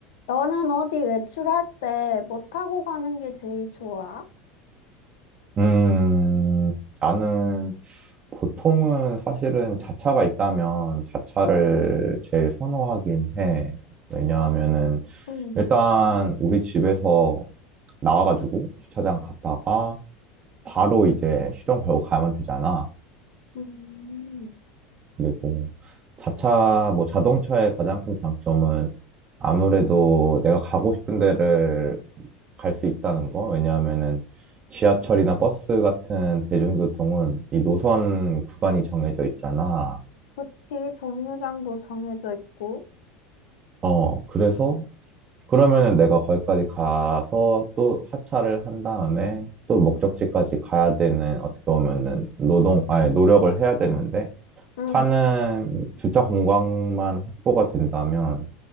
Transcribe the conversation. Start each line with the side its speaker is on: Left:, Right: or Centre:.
Left: 너는 어디 외출할 때 뭐 타고 가는 게 제일 좋아?
Right: 음, 나는 보통은 사실은 자차가 있다면 자차를
Left: 응,
Right: 제일 선호하긴 해. 왜냐하면은
Left: 응,
Right: 일단 우리 집에서 나와가지고 주차장 갔다가 바로 이제 시동 걸고 가면 되잖아.
Left: 음.
Right: 그리고 자차, 뭐 자동차의 가장 큰 장점은 아무래도 내가 가고 싶은 데를 갈 수 있다는 거. 왜냐하면은 지하철이나 버스 같은 대중교통은 이 노선 구간이 정해져 있잖아.
Left: 그치, 정류장도 정해져 있고.
Right: 어, 그래서 그러면은 내가 거기까지 가서 또 하차를 한 다음에 또 목적지까지 가야 되는 어떻게 보면은 노동, 아니, 노력을 해야 되는데
Left: 응,
Right: 차는 주차 공간만 확보가 된다면